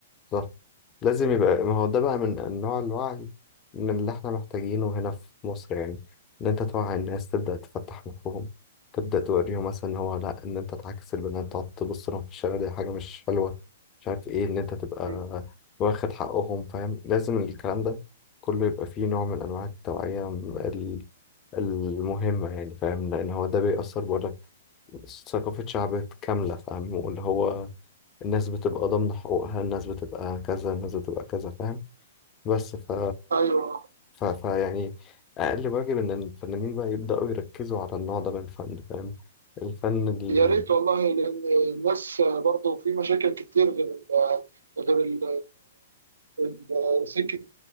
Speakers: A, on the left; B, on the right.
A: صح لازم يبقى ما هو ده بقى من انواع الوعي من اللي احنا محتاجينه هنا في مصر يعني ان انت توعي الناس تبدأ تفتح مخهم تبدأ توريهم مثلا إن هو لا ان انت تعاكس البنات تقعد تبص لهم في الشارع دي حاجة مش حلوة مش عارف ايه ان انت تبقى
B: مم.
A: واخد حقهم فاهم لازم الكلام ده كله يبقى فيه نوع من انواع التوعية ال- المهمة يعني فاهم لان هو ده بيأثر بقولك ثقافة شعب كاملة فاهم واللي هو الناس بتبقى ضامنة حقوقها الناس بتبقى كذا الناس بتبقى كذا فاهم بس ف...
B: ايوه
A: ف... ف يعني أقل واجب إن الفنانين بقى يبدأوا يركزوا على النوع ده من الفن فاهم الفن ال...
B: يا ريت والله لان الناس برضه في مشاكل كتير غير ال غير ال ال- سكه